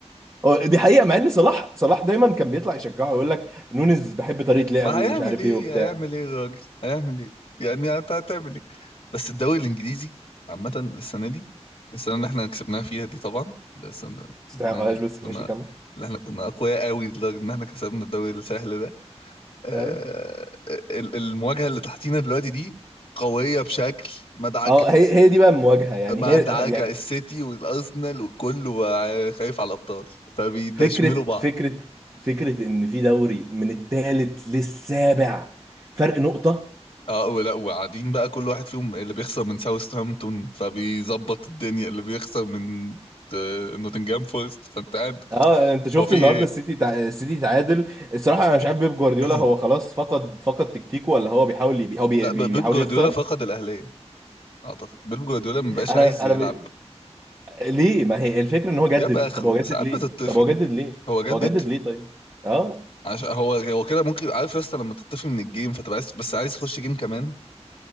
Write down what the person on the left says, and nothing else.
ما
هيعمل
ايه
هيعمل ايه الراجل هيعمل ايه يعني انت هتعمل ايه بس الدوري الانجليزي عامه السنه دي السنه اللي احنا كسبناها فيها دي طبعا ده السنه اللي
احنا
كنا
اللي احنا كنا اقوياء قوي لدرجه ان احنا كسبنا الدوري السهل ده آه
ال- المواجهه اللي تحتينا دلوقتي دي قويه بشكل مدعك
ما
دعاك
السيتي والارسنال وكله بقى خايف على الابطال فبيدشملوا
بعض
اه ولا وقاعدين بقى كل واحد فيهم اللي بيخسر من ساوثهامبتون فبيظبط الدنيا اللي بيخسر من آه، نوتنجهام فورست فانت قاعد
هو في
ايه
<clears throat>
لا
ب- بيب
جوارديولا
فقد الاهليه اعتقد بيب جوارديولا ما بقاش
عايز يلعب
جاب اخره
ساعات
بتطفي
هو جدد
عشان هو هو كده ممكن عارف يا اسطى لما تطفي من الجيم فتبقى عايز بس عايز تخش جيم كمان